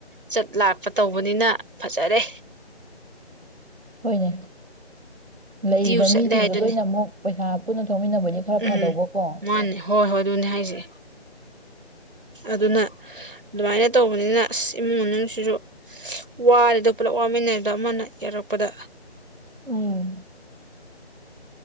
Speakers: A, on the right; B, on the right.
A: ꯆꯠ ꯂꯥꯛꯄ ꯇꯧꯕꯅꯤꯅ ꯐꯖꯔꯦ
B: ꯍꯣꯏꯅꯦ ꯂꯩꯔꯤꯕ
A: ꯗ꯭ꯌꯨ ꯆꯠꯂꯦ
B: ꯃꯤꯁꯤꯡꯗꯨ
A: ꯍꯥꯏꯗꯨꯅꯤ
B: ꯂꯣꯏꯅ ꯑꯃꯨꯛ ꯄꯩꯁꯥ ꯄꯨꯟꯅ ꯊꯣꯛꯃꯤꯟꯅꯕ ꯑꯣꯏꯗꯤ ꯈꯔ
A: ꯎꯝ
B: ꯐꯗꯧꯕꯀꯣ
A: ꯃꯥꯅꯦ ꯍꯣꯏ ꯍꯣꯏ ꯑꯗꯨꯅꯦ ꯍꯥꯏꯁꯦ ꯑꯗꯨꯅ ꯑꯗꯨꯃꯥꯏꯅ ꯇꯧꯕꯅꯤꯅ ꯑꯁ ꯏꯃꯨꯡ ꯃꯅꯨꯡꯁꯤꯁꯨ ꯋꯥꯔꯦꯗꯣ ꯄꯨꯂꯞ ꯋꯥꯃꯤꯟꯅꯔꯦꯗꯣ ꯑꯃꯅ ꯌꯥꯔꯛꯄꯗ
B: ꯎꯝ